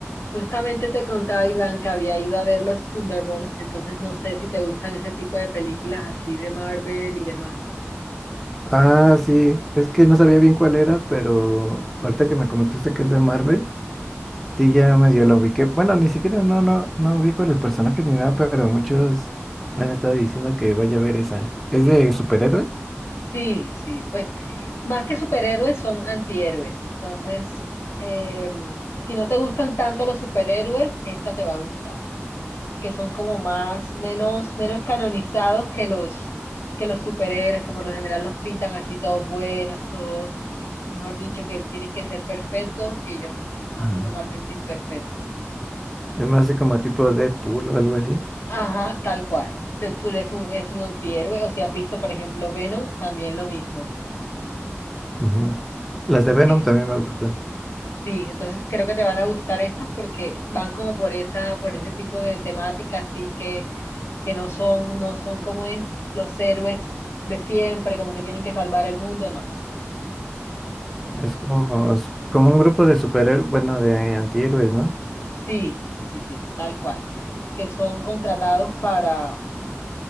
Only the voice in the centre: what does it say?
Ah, sí, es que no sabía bien cuál era, pero ahorita que me comentaste que es de Marvel, sí ya medio la ubiqué. Bueno, ni siquiera no, no, no ubico a los personajes ni nada, pero muchos me han estado diciendo que vaya a ver esa. ¿Es de superhéroe?
Ajá.
Es más de como tipo Deadpool o algo así.
Ujú. Las de Venom
también me gustan.
Es como, como un grupo de superhéroes, bueno, de antihéroes, ¿no?